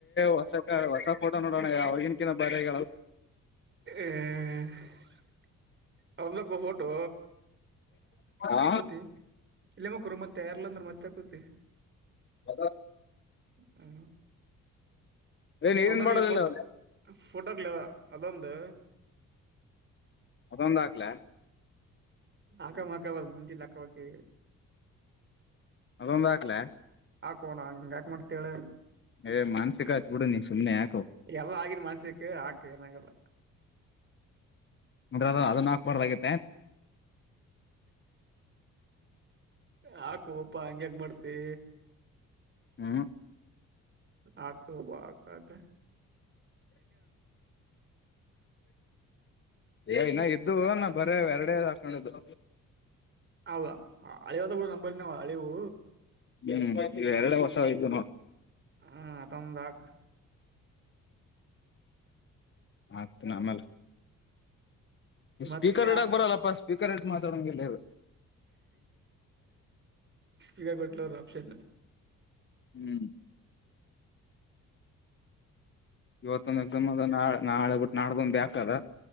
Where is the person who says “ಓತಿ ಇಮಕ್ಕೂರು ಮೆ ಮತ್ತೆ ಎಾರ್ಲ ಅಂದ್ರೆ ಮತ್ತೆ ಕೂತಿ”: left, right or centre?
Right